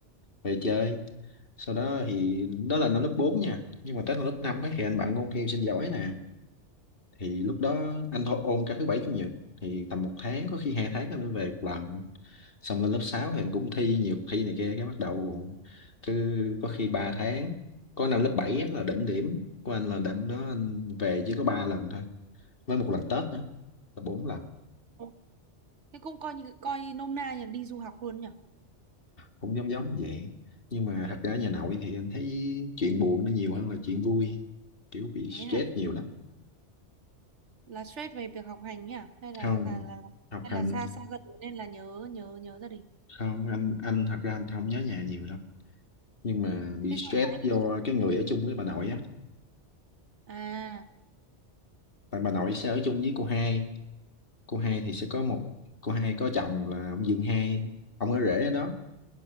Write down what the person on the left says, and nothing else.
về chơi. Sau đó thì đó là nó lớp 4 nha. Nhưng mà tới là lớp 5 ấy, thì anh bạn ôn thi sinh giỏi nè. Thì lúc đó anh thôi ôn cả thứ bảy chủ nhật thì tầm một tháng có khi hai tháng anh mới về một lần. Xong lên lớp 6 thì anh cũng thi nhiều cuộc thi này kia cái bắt đầu cứ có khi 3 tháng. Có năm lớp 7 á là đỉnh điểm của anh là đêm đó anh về chỉ có 3 lần thôi với một lần Tết nữa là bốn lần
cũng giống giống vậy nhưng mà thật ra nhà nội thì anh thấy chuyện buồn nó nhiều hơn là chuyện vui kiểu bị
stress
nhiều lắm
không
học
hành
không anh anh thật ra anh không nhớ nhà nhiều đâu nhưng mà bị
stress
do
cái người ở chung với bà nội á
tại bà nội sẽ ở chung với cô hai cô hai thì sẽ có một cô hai có chồng là ông Dương hai ông ở rể ở đó